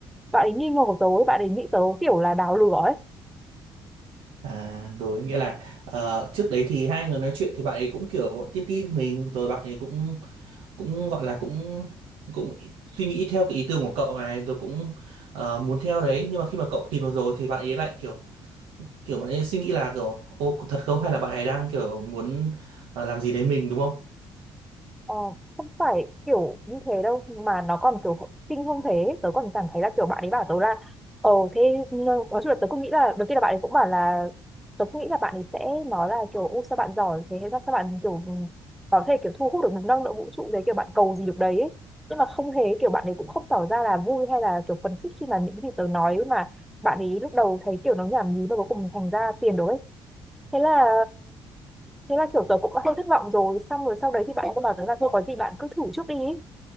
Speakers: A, in the centre; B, on the right.
A: bạn ấy nghi ngờ của tớ, ấy, bạn ấy nghĩ tớ kiểu là đào lừa ấy.
B: À, rồi, nghĩa là ờ, trước đấy thì hai người nói chuyện thì bạn ấy cũng kiểu tin tin mình, rồi bạn ấy cũng cũng gọi là cũng cũng ý- suy nghĩ theo cái ý tưởng của cậu này, rồi cũng ờ, muốn theo đấy, nhưng mà khi mà cậu tìm được rồi thì bạn ấy lại kiểu kiểu bạn ấy suy nghĩ là kiểu ô thật không hay là bạn ấy đang kiểu muốn ờ, làm gì đấy mình đúng không
A: Ờ, không phải kiểu như thế đâu mà nó còn kiểu kinh hơn thế tớ còn cảm thấy là kiểu bạn ấy bảo tớ là ờ thế nói chung là tớ cũng nghĩ là đầu tiên là bạn ấy cũng bảo là tớ cũng nghĩ là bạn ấy sẽ nói là kiểu u sao bạn giỏi thế hay là sao bạn kiểu ừ, có thể kiểu thu hút được năng lượng vũ trụ đấy kiểu bạn cầu gì được đấy ấy. nhưng mà không hề kiểu bạn ấy cũng không tỏ ra là vui hay là kiểu phấn khích khi mà những cái gì tớ nói mà bạn ấy lúc đầu thấy kiểu nó nhảm nhí mà cuối cùng thành ra tiền đồ ấy thế là Thế là kiểu tớ cũng đã hơi thất vọng rồi Xong rồi sau đấy thì bạn cứ bảo tớ là thôi có gì bạn cứ thử trước đi ý.